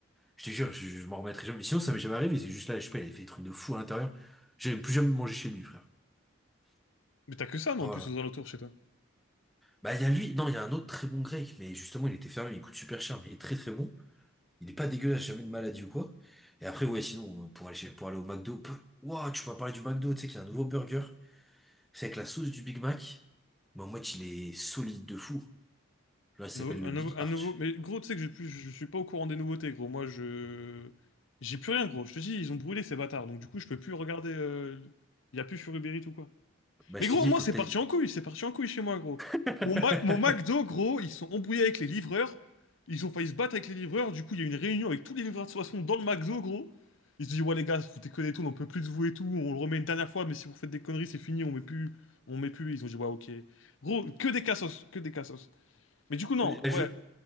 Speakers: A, in the centre; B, on the left.
A: Je te jure, je, je m'en remettrai jamais. Mais sinon, ça m'est jamais arrivé. C'est juste là, je sais pas, il avait fait des trucs de fou à l'intérieur. J'avais plus jamais mangé chez lui, frère.
B: Mais t'as que ça, non,
A: Voilà.
B: en plus, aux alentours chez toi.
A: Bah, il y a lui. Non, il y a un autre très bon grec. Mais justement, il était fermé. Il coûte super cher, mais il est très très bon. Il est pas dégueulasse, jamais de maladie ou quoi. Et après, ouais, sinon, euh, pour aller, chez- pour aller au McDo. peu- Ouah, tu m'as parlé du McDo. Tu sais qu'il y a un nouveau burger. C'est avec la sauce du Big Mac. Mais en mode, il est solide de fou. Genre, il s'appelle
B: Un nouveau...
A: le
B: un
A: Big
B: nouveau- un
A: Arch.
B: nouveau- Mais gros, tu sais que je, plus- je suis pas au courant des nouveautés, gros. Moi, je... J'ai plus rien, gros. Je te dis, ils ont brûlé ces bâtards. Donc, du coup, je peux plus regarder... euh, Il Y a plus sur Uber Eats ou quoi.
A: Bah,
B: Mais
A: je
B: gros,
A: te dis,
B: moi,
A: il faut
B: c'est
A: que t'ailles.
B: parti en couille, c'est parti en couille chez moi, gros.
A: <laughs>
B: Mon, Ma- mon McDo, gros, ils sont embrouillés avec les livreurs. Ils ont failli se battre avec les livreurs. Du coup, il y a eu une réunion avec tous les livreurs de façon dans le McDo, gros. Ils se disent, ouais, les gars, vous déconnez tout, on n'en peut plus de vous et tout. On le remet une dernière fois, mais si vous faites des conneries, c'est fini, on met plus. On met plus. Ils ont dit, ouais, ok. Gros, que des cassos, que des cassos. Mais du coup, non,
A: Les-
B: ouais.
A: je-